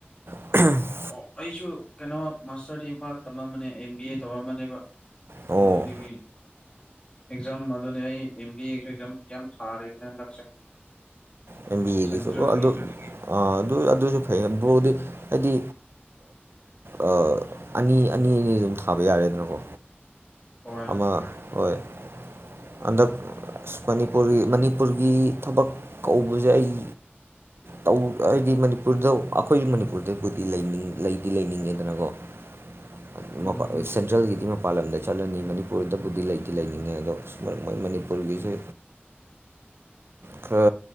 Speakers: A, on the right; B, on the left.
A: <unintelligible>
B: ꯑꯣ ꯑꯩꯁꯨ ꯀꯩꯅꯣ ꯃꯥꯁꯇꯔꯗꯤ ꯏꯝꯐꯥꯜꯗ ꯇꯝꯂꯝꯝꯕꯅꯦ ꯑꯦꯝ ꯕꯤ ꯑꯦ ꯇꯧꯔꯝꯕꯅꯦꯕ
A: ꯑꯣ
B: ꯃꯗꯨꯗꯒꯤ ꯑꯦꯛꯖꯥꯝ ꯑꯗꯨꯅꯦ ꯑꯩ ꯑꯦꯝ ꯕꯤ ꯑꯦꯒꯤꯁꯨ ꯑꯦꯛꯖꯥꯝ ꯌꯥꯝ ꯊꯥꯔꯤꯕꯅꯦ ꯍꯟꯗꯛꯁꯦ
A: ꯑꯦꯝ ꯕꯤ ꯑꯦꯒꯤꯁꯨ
B: ꯁꯦꯟꯇ꯭ꯔꯦꯜꯒꯤ
A: ꯑꯣ ꯑꯗꯨ ꯑ ꯑꯗꯨ ꯑꯗꯨꯁꯨ ꯐꯩꯌꯦ ꯕ꯭ꯔꯣꯗꯤ ꯍꯥꯏꯗꯤ ꯑ ꯑꯅꯤ ꯑꯅꯤ ꯑꯅꯤ ꯑꯗꯨꯝ ꯊꯥꯕ ꯌꯥꯔꯦꯗꯅꯀꯣ
B: ꯍꯣꯏ
A: ꯑꯃ ꯍꯣꯏ ꯍꯟꯗꯛ ꯑꯁ ꯃꯅꯤꯄꯨꯔꯤ ꯃꯅꯤꯄꯨꯔꯒꯤ ꯊꯕꯛ ꯀꯧꯕꯁꯦ ꯑꯩ ꯇꯧ ꯍꯥꯏꯗꯤ ꯃꯅꯤꯄꯨꯔꯗ ꯑꯩꯈꯣꯏ ꯃꯅꯤꯄꯨꯔꯗꯕꯨꯗꯤ ꯂꯩꯗꯤ ꯂꯩꯅꯤꯡꯉꯦꯗꯅꯀꯣ <inaudible>
B: ꯎꯝ
A: ꯃꯄꯥꯟ ꯁꯦꯟꯇ꯭ꯔꯦꯜꯒꯤꯗꯤ ꯃꯄꯥꯟ ꯂꯝꯗ ꯆꯠꯂꯅꯤ ꯃꯅꯤꯄꯨꯔꯗꯕꯨꯗꯤ ꯂꯩꯗꯤ ꯂꯩꯅꯤꯡꯉꯦ ꯑꯗꯣ ꯃꯣꯏ ꯃꯣꯏ ꯃꯅꯤꯄꯨꯔꯒꯤꯁꯦ ꯈꯔ